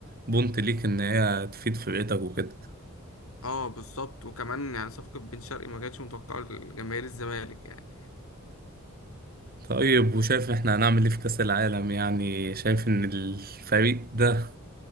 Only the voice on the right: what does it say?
بونت ليك ان هي تفيد فرقتك وكده
طيب وشايف احنا هنعمل ايه في كاس العالم يعني شايف ان الفريق ده